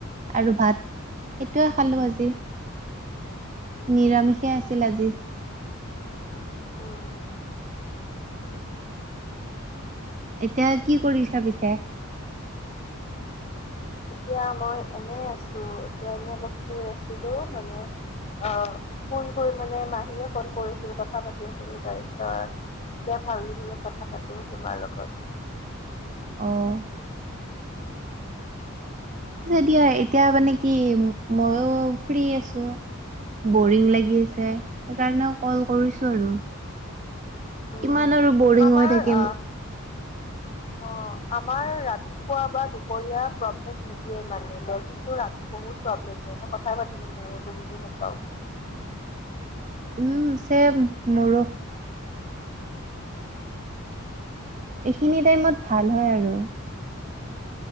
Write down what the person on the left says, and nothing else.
উম
উম,
উম।
এতিয়া মই এনে আছো। এতিয়া এনেই অলপ শুই আছিলো মানে আহ শুই, শুই মানে মাহীয়ে ফোন কৰিছিল কথা পাতি আছিলো। তাৰপিছত এতিয়া ভাবিলো অলপ কথা পাতো তোমাৰ লগত।
উম,
আমাৰ
আহ অ, আমাৰ ৰাতিপুৱা বা দুপৰীয়া প্ৰব্লেম নিদিয়ে মানে। প্ৰব্লেমটো ৰাতি বহুত প্ৰব্লেম দিয়ে মই কথাই পাতিব নোৱাৰো একো বুজি নাপাওঁ।